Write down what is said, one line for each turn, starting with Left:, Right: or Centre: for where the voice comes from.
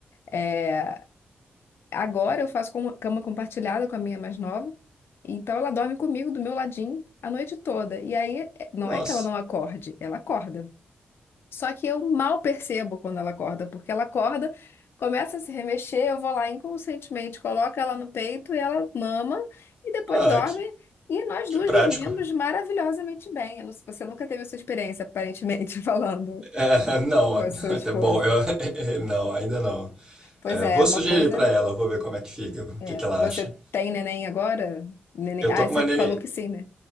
Left: Eh, agora eu faço com- cama compartilhada com a minha mais nova, então ela dorme comigo do meu ladinho a noite toda. E aí, eh, não
Right: Nossa,
Left: é que ela não acorde, ela acorda. Só que eu mal percebo quando ela acorda, porque ela acorda, começa a se remexer, eu vou lá inconscientemente, coloco ela no peito e ela mama e depois
Right: ah,
Left: dorme.
Right: que,
Left: E nós duas
Right: que prático.
Left: dormimos maravilhosamente bem. Eu não- Você nunca teve essa experiência, aparentemente, <laughs> falando
Right: <laughs> Não,
Left: com
Right: até
Left: a sua esposa.
Right: bom, eu, <laughs> não, ainda não.
Left: Pois
Right: É,
Left: é,
Right: vou
Left: é uma
Right: sugerir
Left: coisa.
Right: pra ela, vou ver como é que fica, o
Left: É.
Right: que que ela
Left: Você
Right: acha.
Left: tem neném agora? Neném...
Right: Eu
Left: Ah,
Right: tô com
Left: você
Right: uma nene...
Left: falou que sim, né?